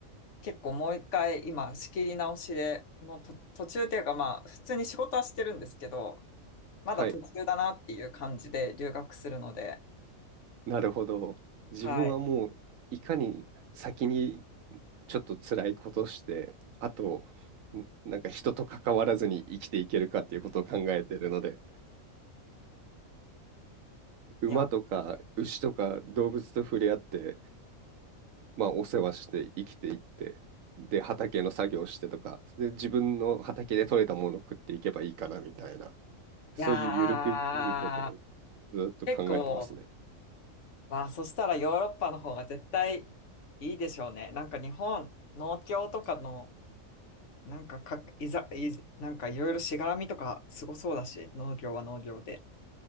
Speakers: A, on the left; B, on the right.
A: 結構もう一回、今、仕切り直しで、のと、途中っていうか、まあ、普通に仕事はしてるんですけど、まだ途中だなっていう感じで留学するので、
B: はい。なるほど。自分はもういかに先に
A: はい。
B: ちょっと辛いことをして、あと、んなんか人と関わらずに生きていけるかっていうことを考えてるので、馬とか牛とか動物と触れ合って、
A: いや、
B: まあ、お世話して生きていって、で、畑の作業してとか、で、自分の畑で採れたものを食っていけばいいかなみたいな、そういうゆるく生きることを
A: いやー、
B: ずっと考えてますね。
A: 結構、まあ、そしたらヨーロッパの方が絶対いいでしょうね。なんか日本、農協とかの、なんかか、いざ、いざ、なんかいろいろしがらみとかすごそうだし、農業は農業で。